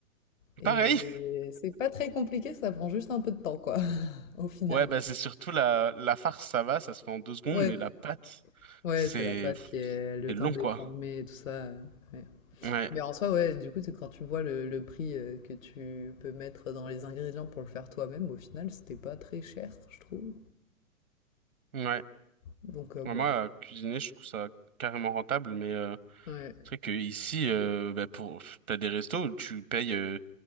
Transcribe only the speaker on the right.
Pareil,
Ouais, bah c'est surtout la, la farce, ça va, ça se fait en deux secondes,
mais la pâte,
c'est
c'est
long,
quoi.
Ouais,
ouais.
Ouais, moi, euh, cuisiner, je trouve ça carrément rentable, mais euh,
c'est vrai que ici, euh, bah pour, pff, t'as des restos où tu payes euh,